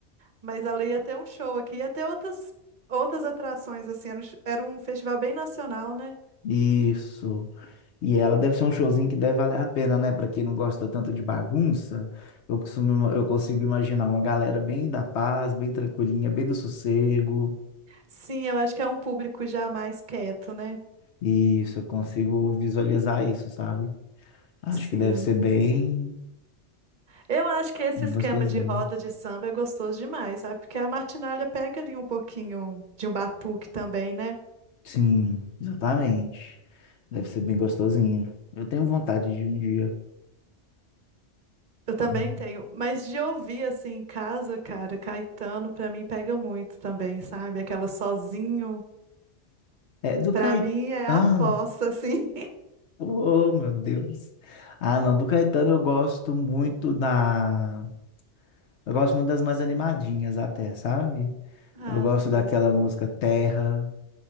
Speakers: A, on the right; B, on the left.
A: mas ela ia ter um show aqui, ia ter outras, outras atrações, assim. Era um, sh- era um festival bem nacional, né?
B: Isso. E ela deve ser um showzinho que deve valer a pena, né? Pra quem não gosta tanto de bagunça, eu costumo, eu consigo imaginar uma galera bem da paz, bem tranquilinha, bem do sossego.
A: Sim, eu acho que é um público já mais quieto, né?
B: Isso, eu consigo visualizar isso, sabe? Acho
A: Sim.
B: que deve ser bem,
A: Eu acho que esse
B: bem
A: esquema
B: gostosinho.
A: de roda de samba é gostoso demais, sabe? Porque a martinália pega ali um pouquinho de um batuque também, né?
B: Sim, exatamente. Deve ser bem gostosinho. Eu tenho vontade de um dia.
A: Eu também
B: Uhum.
A: tenho, mas de ouvir assim em casa, cara, Caetano pra mim pega muito também, sabe? Aquela sozinho.
B: É, do
A: Pra
B: Caetano.
A: mim é a fossa, assim.
B: Oh, meu Deus. Ah, não,
A: <laughs>
B: do Caetano eu gosto muito da Eu gosto muito das mais animadinhas até, sabe?
A: Ah,
B: Eu gosto
A: sim.
B: daquela música Terra,